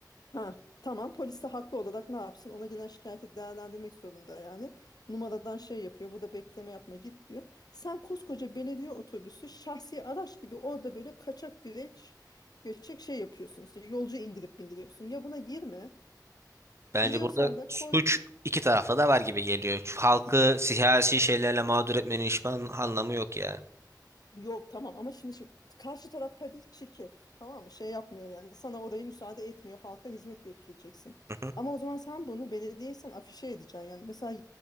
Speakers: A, on the left; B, on the right.
A: Ha, tamam polis de haklı olarak ne yapsın? Ona gelen şikayeti değerlendirmek zorunda yani. Numaradan şey yapıyor. Bu da bekleme yapma git diyor. Sen koskoca belediye otobüsü şahsi araç gibi orada böyle kaçak güreş göçek şey yapıyorsun. İşte yolcu indirip bindiriyorsun. Ya buna girme.
B: Bence
A: Giriyorsan
B: burada
A: da
B: suç
A: koy.
B: iki tarafta da var gibi geliyor. Şu Halkı
A: iç-
B: siyasi şeylerle mağdur etmenin hiçbir an- anlamı yok yani.
A: Yok tamam ama şimdi şu karşı taraf hadi çirkef tamam mı şey yapmıyor yani sana orayı müsaade etmiyor halka hizmet götüreceksin.
B: Hı hı.
A: Ama o zaman sen bunu belediyesen afişe edeceksin yani mesela